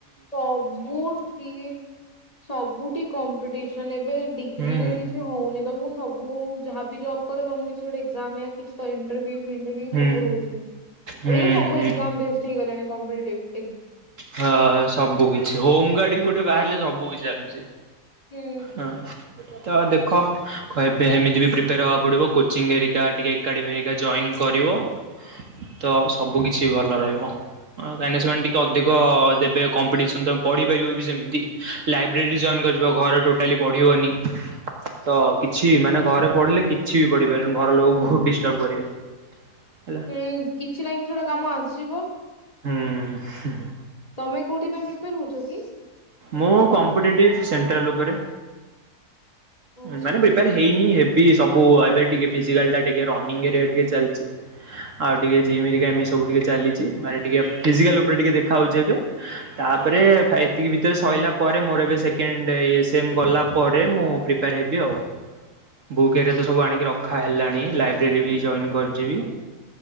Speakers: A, on the left; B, on the right.
A: ସବୁ ଠିି ସବୁଠି କମ୍ପିଟିସନ ଏବେ ଡିଗ୍ରୀରେ
B: ହୁଁ
A: କିଛି ହଉନି ତ ମୁଁ ସବୁ ଯାହାବି ଜବ କର ତମକୁ କିଛି ଏକଯାମ୍ କିଛି ତ ଇଣ୍ଟେଭୁ ପିୟୁପୁ ଇଣ୍ଟଭ୍ୟୁ
B: ହୁଁ
A: ସବୁ ରହୁଛି।
B: ହୁଁ
A: ଏବେ ତ ସବୁ
B: ହୁଁ
A: ଏକ୍ସାମ୍ ବେଷ୍ଟ ହେଇଗଲଣି କମ୍ପିଟେଟିପି।
B: ହଁ ସବୁ କିଛି ହୋମ ଗାର୍ଡ ବି ଗୋଟେ ବାହାରିଲେ ସବୁ କିଛି ଚାଲୁଛି।
A: ହୁଁ
B: ହଁ। ତ ଦେଖ ଏମିତି ବି ପ୍ରିପେୟାର ହେବାକୁ ପଡ଼ିବ କୋଚିଂ ହେରିକା ଟିକେ ଏକାଡେମୀ ହେରିକା ଜଏନ୍ କର କରିବ ତ ସବୁ କିଛି ଭଲ ରହିବ କାହିଁକି ନା ସେ ଟି ଅଧିକ ଦେବେ କମ୍ପିଟିସନ ତମେ ପଢ଼ିପାରିବ ବି ସେମିତି ଲାଇବ୍ରେରୀ ଜଏନ୍ କରିିବ ଘରେ ଟୋଟାଲି ପଢ଼ିବନି ତ କିଛି ମାନେ ଘରେ ପଢିଲେ କିଛି ବି ପଢିପାରିବନି ଘର ଲୋକ ବହୁତ ଡିଷ୍ଟର୍ବ କରିବେ। ହେଲା।
A: ଉଁ କିଛି ନା କିଛି ଗୋଟେ କାମ ଆସିଯିବ।
B: ହୁଁ।
A: ତମେ କୋଉଥି ପାଇଁ ପ୍ରିପେୟାର ହଉଛ କି?
B: ମୁଁ କମ୍ପିଟେଟିପି ସେଣ୍ଟ୍ରାଲ ପରେ
A: ଆଚ୍ଛା
B: ମାନେ ପ୍ରିପ୍ରାର ହେଇନି ହେବ ବି ସବୁ ଏବେ ଟିକେ ଫିଜିକାଲ ଟା ଟିକେ ରନିଂ ଟିକେ ଚାଲିଛି। ଆଉ ଟିକେ ଯିମି ହେରିକିଆ ସବୁ ଟିକେ ଚାଲିଛି ମାନେ ଟିକେ ଫିଜିକାଲ ଉପରେ ଟିକେ ଦେଖା ହଉଛି ଏବେ ତାପରେ ଏତିକି ଭିତରେ ସରିଲା ପରେ ମୋର ଏବେ ସେକେଣ୍ଡ ଏଣ୍ଡ ଇଏ ସିଏ ଗଲା ପରେ ମୁ ପ୍ରିପ୍ରାର ହେବି ଆଉ। ବୁକ୍ ଏରିଆ ତ ସବୁ ଆଣିକି ରଖା ହେଲାଣି ଲାଇବ୍ରେରୀ ବି ଜ କରିଯିବି